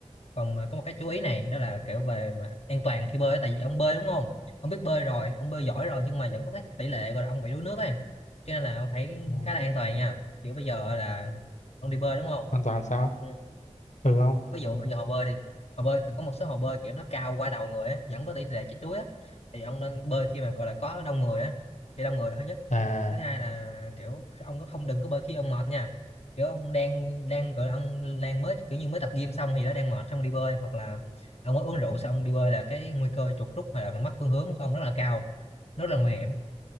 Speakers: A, on the left; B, on the left.
A: còn mà có một cái chú ý này đó là kiểu về mà an toàn khi bơi á. tại vì ông bơi đúng không ông biết bơi rồi ông bơi giỏi rồi nhưng mà vẫn có cái tỷ lệ gọi là ông bị đuối nước ấy cho nên là ông phải
B: Ừ.
A: khá là an toàn nha kiểu bây giờ là ông đi bơi đúng không
B: an toàn sao
A: ông
B: ừ không
A: ví dụ mà giờ hồ bơi đi hồ bơi thì có một số hồ bơi kiểu nó cao qua đầu người á vẫn có tỷ lệ chết đuối á thì ông nên bơi khi mà gọi là có đông người á khi đông người là thứ nhất
B: à
A: thứ hai là kiểu ông có không đừng có bơi khi ông mệt nha kiểu ông đang đang gọi là ông đang mới kiểu như mới tập gym xong thì nó đang mệt xong đi bơi hoặc là ông mới uống rượu xong đi bơi là cái nguy cơ chuột rút hoặc là mất phương hướng của ông rất là cao rất là nguy hiểm